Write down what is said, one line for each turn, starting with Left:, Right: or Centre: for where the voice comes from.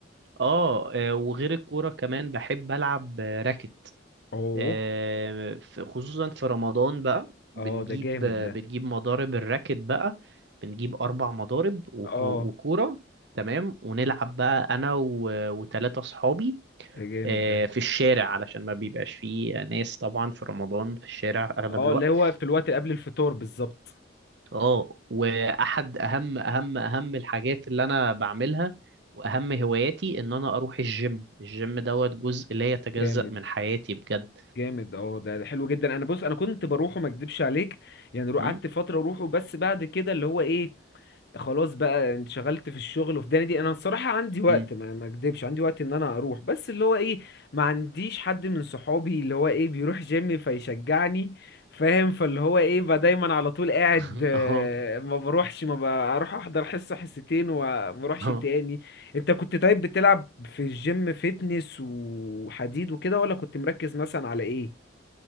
Right: اه آه، وغير الكورة كمان بحب ألعب آه، راكت
Left: اوه
Right: آه، في- خصوصا في رمضان بقى بنجيب
Left: اه ده جامد
Right: آه،
Left: ده
Right: بنجيب مضارب الراكت بقى بنجيب أربع مضارب وكو-
Left: اه
Right: وكورة تمام ونلعب بقى أنا و- وتلاتة صحابي
Left: ده جامد
Right: آه،
Left: ده
Right: في الشارع علشان ما بيبقاش فيه ناس طبعا في رمضان في الشارع أغلب
Left: اه
Right: الوقت
Left: اللي هو في الوقت قبل الفطار بالظبط
Right: اه واحد اهم اهم اهم الحاجات اللي انا بعملها واهم هواياتي ان انا اروح الجيم الجيم دوت جزء لا يتجزأ
Left: جامد
Right: من حياتي بجد
Left: جامد اه ده ده حلو جدا انا بص انا كنت بروحه ما اكدبش عليك يعني رو-
Right: امم
Left: قعدت فتره اروحه بس بعد كده اللي هو ايه خلاص بقى انشغلت في الشغل وفي دنيا دي انا الصراحه عندي وقت
Right: امم
Left: ما ما اكدبش عندي وقت ان انا اروح بس اللي هو ايه ما عنديش حد من صحابي اللي هو ايه بيروح جيم فيشجعني فاهم فاللي هو ايه بقى دايما على طول قاعد
Right: <laughs>
Left: آه،
Right: اه
Left: ما بروحش ما بروح احضر حصه حصتين وما بروحش
Right: اه
Left: تاني انت كنت طيب بتلعب في الجيم فيتنس وحديد وكده ولا كنت مركز مثلا على ايه